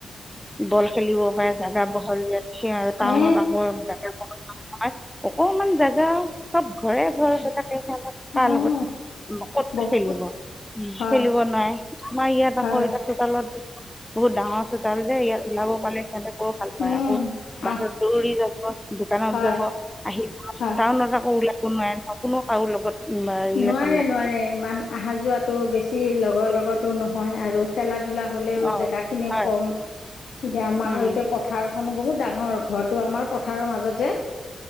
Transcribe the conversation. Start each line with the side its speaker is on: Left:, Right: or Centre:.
Centre: বল খেলিব পাৰে, জোগা বহল যে সেই আৰু টাউনত
Left: এ
Centre: আকৌ অকনমান জেগা চব ঘৰে ঘৰে থাকে অল
Left: অহ
Centre: তাৰ লগত। ক'ত
Left: বহুত
Centre: খেলিব উম
Left: হয়
Centre: খেলিব নোৱাৰে আমাৰ ইয়াত
Left: হয়
Centre: আকৌ এতিয়া চোতালত। বহুত ডাঙৰ চোতাল যে, ইয়াত ওলাব পালে সিহঁতেকও ভাল পায়
Left: উম
Centre: আকৌ বাটত
Left: আহ
Centre: দৌৰি যাব। দোকানত
Left: হয়
Centre: যাব আহিব
Left: হয়
Centre: টাউনত আকৌ ওলাব নোৱাৰে নহয় কোনো কাৰো লগত ৰিলেশ্যন
Left: নোৱাৰে
Centre: নকৰে
Left: নোৱাৰে, ইমান অহা যোৱাটো বেছি লগৰ লগতো নহয় আৰু খেলাত ধোলা হ'লেও
Centre: অঁ
Left: জেগা খিনি
Centre: হয়
Left: কম এতিয়া আমাৰ
Centre: উম
Left: এতিয়া পথাৰ এখনো বহুত ডাঙৰ ঘৰটো আমাৰ পথাৰৰ মাজত যে